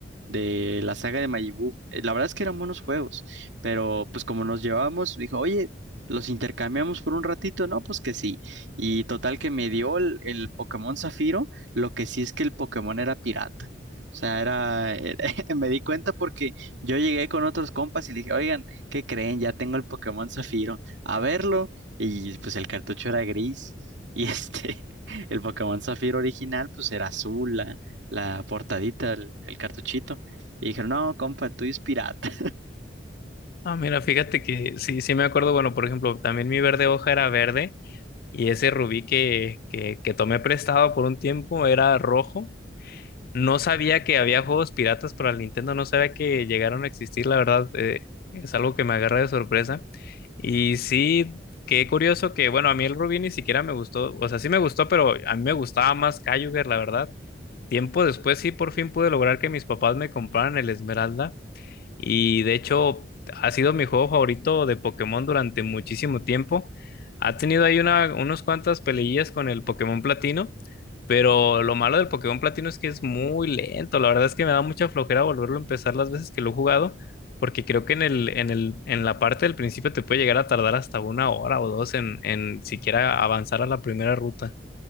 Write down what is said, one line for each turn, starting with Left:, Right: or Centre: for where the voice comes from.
Right: de la saga de Majin Buu. Eh, La verdad es que eran buenos juegos, pero pues como nos llevábamos, dijo, oye, los intercambiamos por un ratito, no, pues que sí. Y total que me dio el, el Pokémon Zafiro, lo que sí es que el Pokémon era pirata. O sea, era, era- <laughs> me di cuenta porque yo llegué con otros compas y le dije, oigan, ¿qué creen? Ya tengo el Pokémon Zafiro, a verlo. Y pues el cartucho era gris y este, <laughs> el Pokémon Zafiro original pues era azul, la, la portadita, el, el cartuchito. Y dijeron, no, compa, el tuyo es pirata.
Left: Ah, mira, fíjate que sí, sí me acuerdo, bueno, por ejemplo, también mi verde hoja era verde y ese Rubí que, que, que tomé prestado por un tiempo era rojo. No sabía que había juegos piratas para el Nintendo, no sabía que llegaron a existir, la verdad, eh, es algo que me agarra de sorpresa. Y sí, qué curioso que, bueno, a mí el Rubí ni siquiera me gustó, o sea, sí me gustó, pero a mí me gustaba más Kyogre, la verdad. Tiempo después sí por fin pude lograr que mis papás me compraran el Esmeralda. Y de hecho, ha sido mi juego favorito de Pokémon durante muchísimo tiempo. Ha tenido ahí una, unos cuantas peleillas con el Pokémon Platino, pero lo malo del Pokémon Platino es que es muy lento. La verdad es que me da mucha flojera volverlo a empezar las veces que lo he jugado, porque creo que en el, en el, en la parte del principio te puede llegar a tardar hasta una hora o dos en, en siquiera avanzar a la primera ruta.